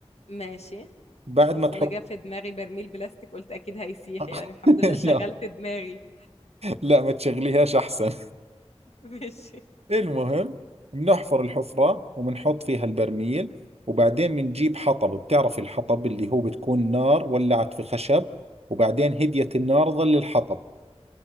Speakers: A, on the left; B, on the right.
A: ماشي
B: بعد
A: اصل
B: ما تحط
A: انا جا في دماغي برميل بلاستيك قلت اكيد هيسيح
B: <laughs>
A: يعني الحمد لله شغلت
B: لا
A: دماغي
B: لا ما تشغليهاش احسن
A: <laughs> ماشي
B: المهم بنحفر الحفره وبنحط فيها البرميل وبعدين بنجيب حطب بتعرف الحطب اللي هو بتكون نار ولعت في خشب وبعدين هديت النار ظل الحطب